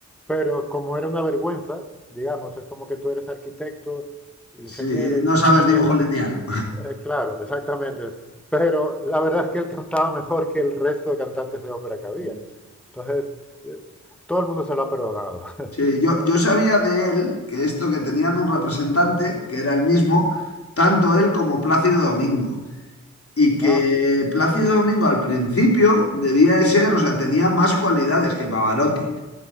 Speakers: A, in the centre; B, on the left.
A: Pero como era una vergüenza, digamos, es como que tú eres arquitecto, ingeniero
B: sí,
A: y,
B: no
A: y
B: sabes
A: no
B: dibujo
A: tienes la...
B: lineal.
A: eh, claro, exactamente. Pero la verdad es que él cantaba mejor que el resto de cantantes de ópera que había.
B: Sí,
A: Entonces, eh, todo el mundo se lo ha perdonado. <laughs>
B: Sí, yo, yo sabía de él que esto que tenían un representante, que era el mismo, tanto él como Plácido Domingo. Y que
A: Ah, sí.
B: Plácido Domingo al principio debía de ser, o sea, tenía más cualidades que Pavarotti.